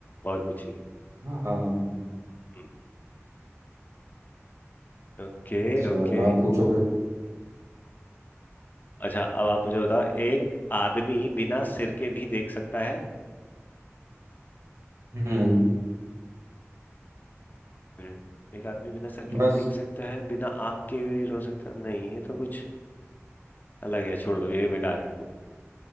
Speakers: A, on the left; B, on the right.
A: और कुछ नहीं
B: हाँ
A: हम्म, ओके
B: अच्छा
A: ओके
B: आप पूछो फिर
A: अच्छा अब आप मुझे बताओ एक आदमी बिना सिर के भी देख सकता है
B: हम्म
A: मिनट एक आदमी बिना सर के
B: बस
A: भी देख सकता है बिना आँख के भी रो सकता है नहीं ये तो कुछ अलग है छोड़ दो ये बेकार है